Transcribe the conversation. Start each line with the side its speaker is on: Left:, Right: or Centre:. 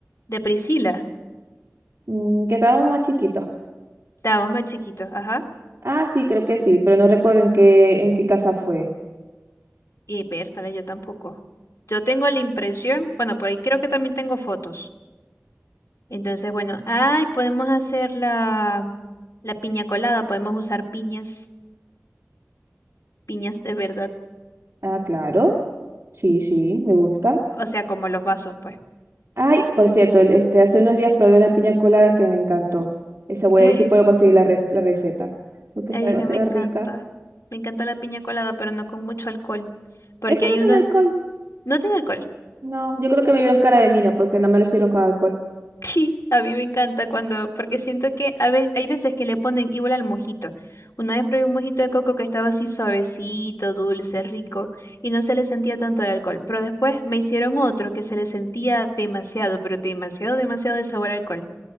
Left: de Priscila.
Right: Mm, que estábamos más chiquitos.
Left: Estábamos más chiquitos, ajá.
Right: Ah, sí, creo que sí, pero no recuerdo en qué, en qué casa fue.
Left: Y Bertale, yo tampoco. Yo tengo la impresión, bueno, por ahí creo que también tengo fotos. Entonces, bueno, ay, podemos hacer la, la piña colada, podemos usar piñas, piñas de verdad.
Right: Ah, claro. Sí, sí, me gusta.
Left: O sea, como los vasos, pues.
Right: Ay, por cierto, el- este, hace unos días probé una piña colada que me encantó. Esa voy
Left: Ay,
Right: a ver si puedo conseguir la, ref- la receta, porque está
Left: ay,
Right: demasiado
Left: es que me encanta.
Right: rica.
Left: Me encanta la piña colada, pero no con mucho alcohol. Porque
Right: Esa
Left: hay
Right: no tiene
Left: unos,
Right: alcohol.
Left: no tiene alcohol.
Right: No, yo creo que me vieron cara de niña porque no me lo sirvieron con alcohol.
Left: <laughs> Sí, a mí me encanta cuando, porque siento que a ve- hay veces que le ponen igual al mojito. Una vez probé un mojito de coco que estaba así suavecito, dulce, rico, y no se le sentía tanto el alcohol. Pero después me hicieron otro que se le sentía demasiado, pero demasiado, demasiado el sabor a alcohol,